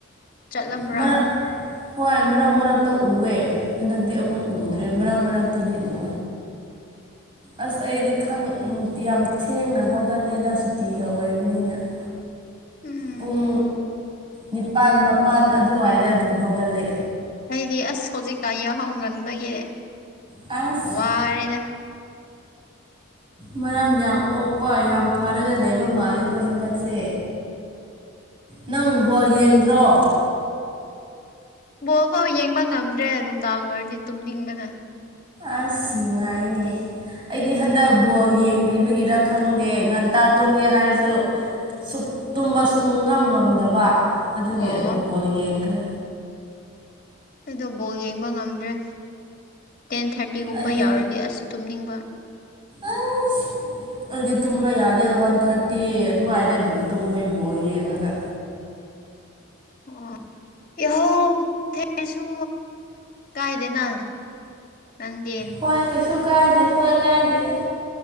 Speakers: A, on the left; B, on the right.
A: ꯆꯠꯂꯝꯕ꯭ꯔꯥ
B: ꯃꯔꯛ ꯍꯣꯏ ꯃꯔꯛ ꯃꯔꯛꯇ ꯎꯑꯦ ꯍꯟꯗꯛꯇꯤ ꯑꯃꯨꯛ
A: ꯑꯣ
B: ꯎꯗ꯭ꯔꯦ ꯃꯔꯛ ꯃꯔꯛꯇꯗꯤ ꯎ ꯑꯁ ꯑꯩꯗꯤ ꯌꯥꯝ ꯊꯦꯡꯅ ꯍꯧꯒꯠꯂꯦꯗ ꯁꯨꯇꯤꯒ ꯑꯣꯏꯕꯅꯤꯅ <inaudible>
A: ꯎꯝ
B: ꯄꯨꯡ ꯅꯤꯄꯥꯜ ꯃꯄꯜ ꯑꯗꯨꯋꯥꯏꯗ ꯑꯗꯨꯝ ꯍꯧꯒꯠꯂꯦ
A: ꯑꯩꯗꯤ ꯑꯁ ꯍꯧꯖꯤꯛꯀꯥꯟ ꯌꯥꯎꯍꯧ ꯉꯟꯕꯒꯤ
B: ꯑꯁ
A: ꯋꯥꯔꯦꯗ
B: ꯃꯔꯝ ꯌꯥꯝ ꯑꯣꯛꯄ ꯌꯥꯝ ꯐꯔꯒ ꯂꯩꯕ ꯃꯥꯜꯂꯦꯀꯣ ꯍꯟꯗꯛꯁꯦ ꯅꯪ ꯕꯣꯜ ꯌꯦꯡꯗ꯭ꯔꯣ
A: ꯕꯣꯜ ꯐꯧ ꯌꯦꯡꯕ ꯉꯝꯗ꯭ꯔꯦ ꯅꯨꯡꯗꯥꯡ ꯑꯣꯏꯔꯗꯤ ꯇꯨꯝꯅꯤꯡꯕꯅ
B: ꯑꯁ ꯅꯨꯡꯉꯥꯏꯅꯦ ꯑꯩꯗꯤ ꯍꯟꯗꯛ ꯕꯣꯜ ꯌꯦꯡꯕꯤꯕꯒꯤꯔ ꯈꯪꯗꯦ ꯉꯟꯇꯥ ꯇꯨꯝꯒꯦ ꯍꯥꯏꯔꯁꯨ ꯁꯛ ꯇꯨꯝꯕ ꯁꯨꯡ ꯉꯝ ꯉꯝꯗꯕ ꯑꯗꯨꯒꯤ
A: ꯑꯣ
B: ꯑꯗꯨꯝ ꯕꯣꯜ ꯌꯦꯡꯈ꯭ꯔꯦ
A: ꯑꯩꯗꯣ ꯕꯣꯜ ꯌꯦꯡꯕ ꯉꯝꯗ꯭ꯔꯦ ꯇꯦꯟ ꯊꯥꯔꯇꯤꯒꯨꯝꯕ
B: ꯑꯩꯗꯤ
A: ꯌꯥꯎꯔꯗꯤ ꯑꯁ ꯇꯨꯝꯅꯤꯡꯕ
B: ꯑꯥꯁ ꯑꯗꯨꯗꯤ ꯇꯨꯝꯕ ꯌꯥꯗꯦ ꯋꯥꯟ ꯊꯥꯔꯇꯤ ꯑꯗꯨꯋꯥꯏꯗ ꯑꯗꯨꯝ ꯇꯨꯝꯃꯦ ꯕꯣꯜ ꯌꯦꯡꯉꯒ
A: ꯑꯣ ꯌꯥꯍꯧ ꯊꯦꯉꯥꯁꯨ ꯀꯥꯏꯗꯦꯅ ꯅꯪꯗꯤ
B: ꯍꯣꯏ ꯀꯩꯁꯨ ꯀꯥꯏꯗꯦ ꯍꯣꯏ ꯀꯥꯏꯗꯦꯗ